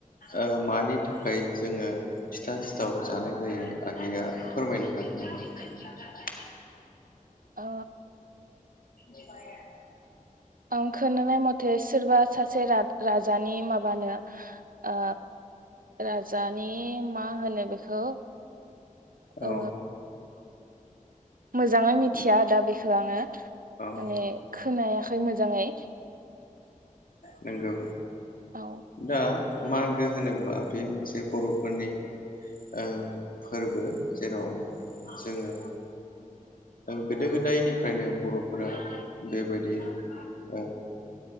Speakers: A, on the left (about 80°); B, on the right (about 80°).
A: ओ मानि थाखाय जोङो फिथा सिथाव जानाय जायो आगैया फोरमायनो हागोन नामा?
B: ओ
A: <inaudible>
B: आं खोनानाय मथे सोरबा सासे रा-राजानि माबानो ओ राजानि मा होनो बेखौ
A: औ
B: ओ मोजाङै मि थिया दा बेखो आङो।
A: औ
B: माने खोनाया खै मोजाङै।
A: नोंगौ।
B: औ
A: दा मागो होनोब्ला बे मोनसे बर'फोरनि ओ फोर्बो जेराव जोङो गोदो गोदायनिफ्रायनो बर'फोरा बेबायदि ओ